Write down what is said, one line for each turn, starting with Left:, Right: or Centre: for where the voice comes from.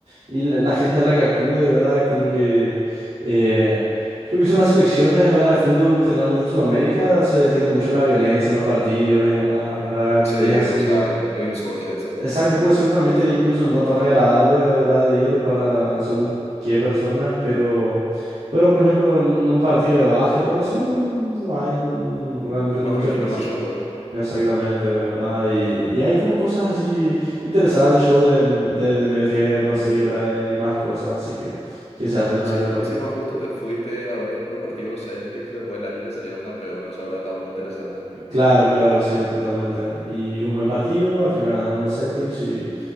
Right: y la, la gente a la que acude, ¿verdad? Como que eh, lo que son las selecciones, ¿verdad? De fútbol, generalmente en Sudamérica se tiende mucho a la violencia en los partidos y demás, ¿verdad? Y
Left: Sí,
Right: es así.
Left: o sea, los insultos y eso.
Right: Exacto, puede ser un ambiente incluso no tan agradable, ¿verdad? De ir para según qué personas, pero, pero por ejemplo, en un partido de básquet o algo así, no, no, no hay, no- no, realmente
Left: Es
Right: no,
Left: más
Right: no
Left: tranquilo,
Right: se percibe.
Left: más show, ¿verdad?
Right: Exactamente, ¿verdad? Y, y hay como cosas así interesantes, shows de, de, de medio tiempo, así,
Left: En medio
Right: ¿verdad?
Left: tiempo.
Right: Y más cosas así que, que se hacen durante
Left: Sí,
Right: el partido.
Left: encima justo te fuiste a ver los partidos de los Celtics después del año que salieron campeones, o sea, habrá estado muy interesante.
Right: Claro, claro, sí, totalmente. Y un buen partido, al final ganaron los Celtics y...